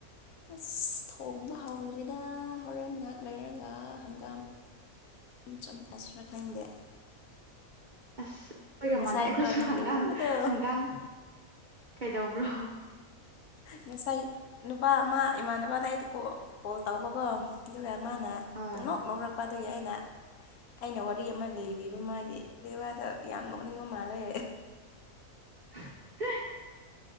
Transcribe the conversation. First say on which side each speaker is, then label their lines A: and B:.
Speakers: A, on the left (about 80°); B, on the right (about 55°).
A: ꯑꯁ ꯊꯣꯡꯕ ꯍꯧꯗ꯭ꯔꯤꯗ ꯍꯣꯔꯦꯟ ꯉꯥꯏꯍꯥꯛ ꯂꯩꯔꯒ ꯍꯪꯒꯥꯝ ꯆꯝ ꯐꯠꯁꯤ꯭ꯔꯥ ꯈꯪꯗꯦ
B: ꯑꯁ ꯑꯩꯣꯏꯒ
A: ꯉꯁꯥꯏꯀꯣ
B: ꯃꯥꯟꯅꯩ ꯑꯩꯈꯣꯏꯁꯨ
A: ꯅꯣꯛꯅꯤꯡꯕꯗꯣ
B: ꯍꯪꯒꯥꯝ ꯍꯪꯒꯥꯝ ꯀꯩꯗꯧꯕ꯭ꯔꯣ
A: ꯉꯁꯥꯏ ꯅꯨꯄꯥ ꯑꯃ ꯏꯃꯥꯟꯅꯄꯥꯅ ꯑꯩꯗ ꯀꯣꯜ ꯇꯧꯕꯀꯣ ꯑꯗꯨꯒ ꯃꯥꯅ
B: ꯍꯣꯏ
A: ꯄꯅꯧ ꯅꯧꯔꯛꯄ ꯑꯗꯨꯒꯤ ꯑꯩꯅ ꯑꯩꯅ ꯋꯥꯔꯤ ꯑꯃ ꯂꯤꯕꯤꯕ ꯃꯥꯒꯤ ꯑꯗꯨꯒꯤ ꯃꯥꯗꯣ ꯌꯥꯝ ꯅꯣꯛꯅꯤꯡꯕ ꯃꯥꯜꯂꯦ
B: <inaudible>